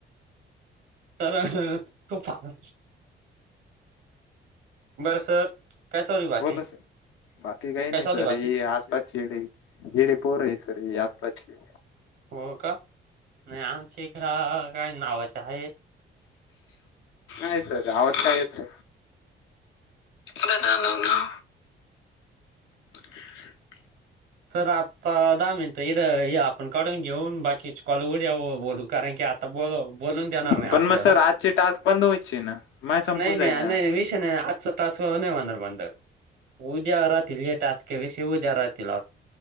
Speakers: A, on the right; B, on the left.
A: तर अ खूप झापून बरं सर काय चालू बाकी
B: बोला सर बाकी काही नाही
A: काय चालू
B: सर
A: बाकी
B: हे आज पाच येडे येडे पोर ही सर्व आज कालची.
A: हो का नाही आमच्या इकड ह काय नावाच आहे
B: आय आवत् येत बता दऊ ना <unintelligible>
A: सर आत्ता दहा मिनिटं आपण काढून घेऊन बाकी कॉलवर बोलू कारण की आता बोल बोलून देणार नाही
B: पण
A: आपल्याला
B: मग सर आजचे टास्क बंद व्हायचे ना माय
A: नाही
B: संपून
A: नाही नाही
B: जाईल ना
A: नाही विषय नाही आजचा टास्क नाही होणार बंद उद्या राहतील हे टास्के विषय उद्या राहतील